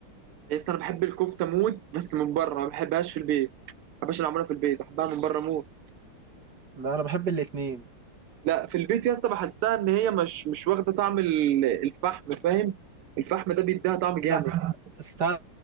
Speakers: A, on the right; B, on the right.
A: بس انا بحب الكفته موت بس من بره ما بحبهاش في البيت ما بحبهاش اللي معموله في البيت بحبها من بره موت
B: لا انا بحب الاتنين
A: لا في البيت يا اسطى بحسها ان هي مش مش واخده طعم ال- الفحم فاهم الفحم ده بيديها طعم
B: لا
A: جامد
B: استنى